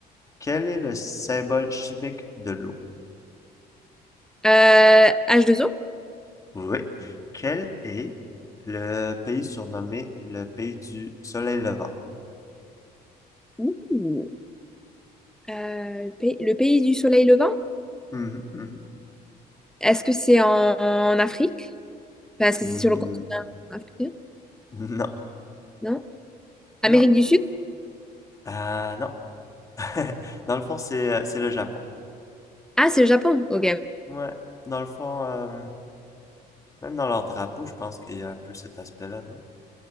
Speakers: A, on the left; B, in the centre.
A: Quel est le symbole chimique de l'eau?
B: Euh, H2O.
A: Oui. Quel est le pays surnommé le pays du soleil levant?
B: Ouh. Euh, le pays, le pays du soleil levant.
A: Mhm, mhm.
B: Est-ce que c'est en, en Afrique? Parce que
A: Mm,
B: c'est sur le continent africain,
A: non,
B: non?
A: non.
B: Amérique du Sud?
A: Euh, non. <laughs> Dans le fond, c'est, euh, c'est le Japon.
B: Ah, c'est le Japon. Ok.
A: Ouais. Dans le fond, euh, Même dans leur drapeau, je pense qu'il y a un peu cet aspect-là, non?